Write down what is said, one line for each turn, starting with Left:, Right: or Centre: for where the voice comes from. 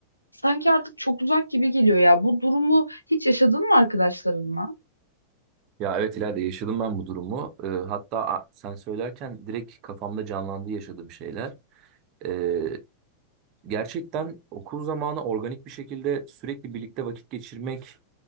Left: sanki artık çok uzak gibi geliyor ya. Bu durumu hiç yaşadın mı arkadaşlarınla?
Right: Ya evet ileride yaşadım ben bu durumu. Ee, hatta a- sen söylerken direkt kafamda canlandı yaşadığım şeyler. Ee, gerçekten okul zamanı organik bir şekilde sürekli birlikte vakit geçirmek